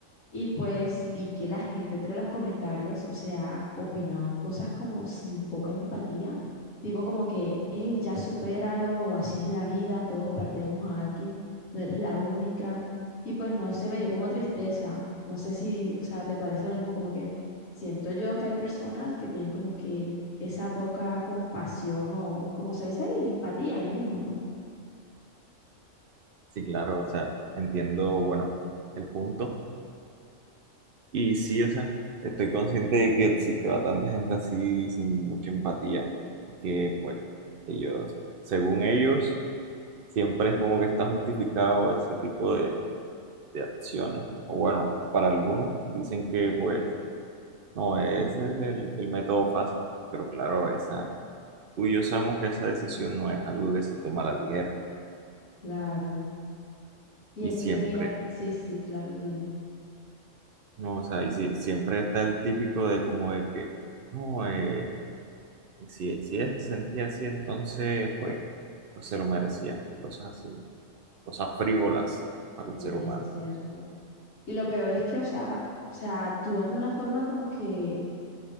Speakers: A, on the left; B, on the right.
A: Y pues vi que la gente entre los comentarios, o sea, opinaban cosas como sin poca empatía, tipo como que, hey, ya supéralo, o así es la vida, todos perdemos a alguien, no eres la única. Y pues no sé, me dio como tristeza. No sé si, o sea, te parece lo mismo, como que siento yo que hay personas que tienen como que esa poca compasión o, como se dice ahí, empatía ahí mismo, ¿no?
B: Sí, claro, o sea, entiendo, bueno, el punto. Y sí, o sea, estoy consciente de que existe bastante gente así sin mucha empatía. Y que pues ellos, según ellos, siempre es como que está justificado ese tipo de, de acciones. O bueno, para algunos dicen que pues no, ese es el, el método fácil. Pero claro, esa, tú y yo sabemos que esa decisión no es algo que se toma a la ligera.
A: Claro. Y
B: y
A: es
B: siempre,
A: que mira, sí, sí, claro, dime.
B: no, o sea, y si- siempre está el típico de como de que, no, eh, si, si ella se sentía así, entonces, pues, pues se lo merecía, y cosas así, cosas frívolas para el
A: Sí,
B: ser humano.
A: eso es cierto. Y lo peor es que, o sea, o sea, actúan de una forma como que,